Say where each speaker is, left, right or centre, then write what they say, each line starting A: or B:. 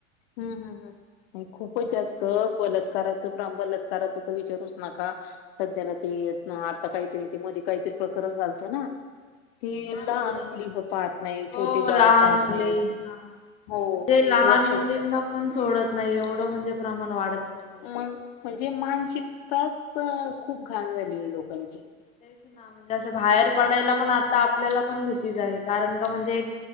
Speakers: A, on the left; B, on the left.
A: हम् हम हम आणि खूपच जास्त
B: म्हण
A: बलात्कारात. बलात्काराच तर विचारुच नका सध्याला ते आता काहीतरी ते मधी. काहीतरी प्रकरण झालतं ना. ती
B: हा म्हणजे
A: लहान मुली कड पाहत नाही
B: हो
A: छोटे
B: लहान
A: बाळ पाहत
B: मुले
A: नाही.
B: हा.
A: हो
B: म्हणजे लहान
A: वर्ष.
B: मुलींना पण सोडत नाही एवढं म्हणजे. प्रमाण वाढत चाललंय.
A: मग म्हणजे मानसिकताच खूप घाण झालीए लोकांची. म्हंजे.
B: तेच हा म्हणजे तसं बाहेर पडायला पण आता आपल्याला पण भीतीच आहे कारण का म्हणजे एक.